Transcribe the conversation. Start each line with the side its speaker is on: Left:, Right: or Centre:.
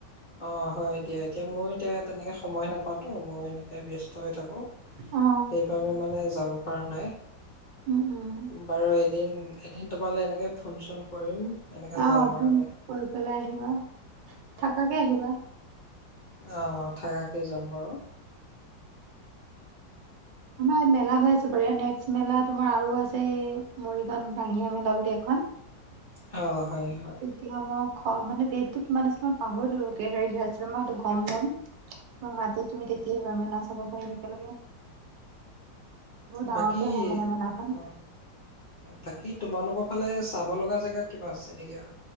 Left: অ হয় দিয়া এতিয়া ময় এতিয়া তেনেকে সময় নাপাওঁ ত মই এনেকৈ ব্যস্ত হৈ থাকোঁ
Right: অ
Left: সেইবাবে মানে যাব পৰা নাই
Right: উম উম
Left: বাৰু এদিন এদিন তোমালৈ এনেকৈ ফোন চোন কৰিম এনেকা
Right: আহ
Left: যাম
Right: ফোন
Left: আৰু
Right: কৈ পেলাই আহিবা থাকাকে আহিবা
Left: অঁ থাকাকৈ যাম বাৰু
Right: আমাৰ ইয়াত মেলা হৈ আছে বাৰু নেক্সট মেলা তোমাৰ আৰু আছে এই মৰিগাঁও বাঙিয়া মেলা বুলি এখন
Left: অ হয় হয়
Right: <unintelligible> মানে ডেটতটো কিমান আছিল মই পাহৰিলো আৰু কেই তাৰিখে আছিলনে মই সেইটো গম ল'ম অ মাযে তুমি তেতিয়া আহিবা মেলা চাবলে চাব পাৰিম একেলগে বহুত ডাঙৰকে
Left: বাকী
Right: হয় মানে মেলাখন
Left: অ বাকী তোমালোকক ইফালে চাব লগা জেগা কিবা আছে নেকি আৰু